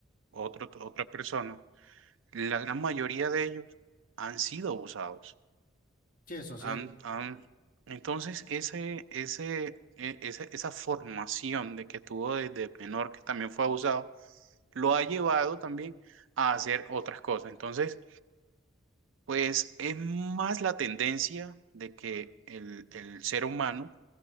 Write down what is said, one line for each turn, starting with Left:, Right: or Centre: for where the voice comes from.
Right: otro, otra persona, la gran mayoría de ellos han sido abusados.
Left: Sí, es social.
Right: Han, han- Entonces, ese, ese, e- esa, esa formación de que tuvo desde menor que también fue abusado, lo ha llevado también a hacer otras cosas. Entonces, Pues es más la tendencia de que el, el ser humano